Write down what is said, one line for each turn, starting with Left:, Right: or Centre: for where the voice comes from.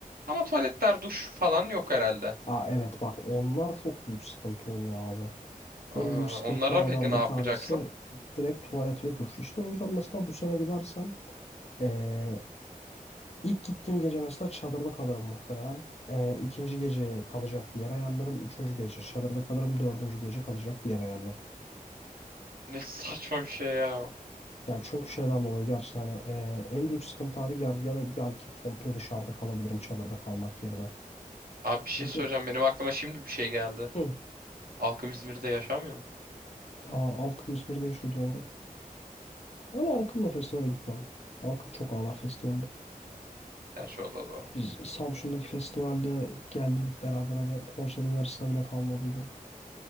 Right: Ama tuvaletler, duş falan yok herhalde.
Left: Aa evet bak onlar çok büyük sıkıntı oluyor abi.
Right: Aa,
Left: En büyük sıkıntılardan
Right: onlara peki ne
Left: bir
Right: yapacaksın?
Left: tanesi direkt tuvalet ve duş. İşte o yüzden mesela bu sene gidersem eee, ilk gittiğim gece mesela çadırda kalırım muhtemelen. Eee ikinci gece kalacak bir yer ayarlarım. Üçüncü gece çadırda kalırım. Dördüncü gece kalacak bir yer ayarlarım.
Right: Ne saçma bir şey ya.
Left: Ya çünkü şeyden dolayı gerçekten hani, e, en büyük sıkıntı abi ger ya da belki komple dışarıda kalabilirim çadırda kalmak yerine.
Right: Abi bir
Left: Çünkü
Right: şey söyleyeceğim. Benim aklıma şimdi bir şey geldi.
Left: hı.
Right: Halkım İzmir'de yaşamıyor mu?
Left: Aa, Alkım İzmir'de yaşıyor doğru. Ama Alkım'la festivale gitmem. Alkım çok ağlar festivalde.
Right: Gerçi o da doğru.
Left: Biz Samsun'daki festivalde geldiydik beraber hani konserin yarısına bile kalmadıydı.